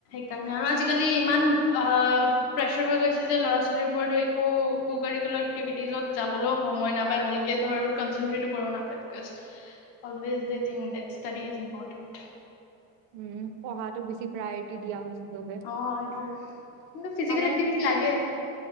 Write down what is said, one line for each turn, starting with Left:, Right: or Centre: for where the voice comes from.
Left: সেইকাৰণে আৰু আজিকালি ইমান অ প্ৰেচাৰ হৈ গৈছে যে ল'ৰা ছোৱালীৰ ওপৰতো একো কাৰিকুলাৰ এক্টিভিটিজত যাবলৈও সময় নাপায় ভালকে ভালকে ধৰ কনচেনট্ৰেটো কৰিব নাপায় because always they thing that study is important
Right: um পঢ়াটোক বেছি প্ৰায়ৰিটি দিয়া হৈছে সবে
Left: অ সেইটোয়ে কিন্তু ফিজিকেল
Right: ত মানে
Left: এক্টিভিটি লাগে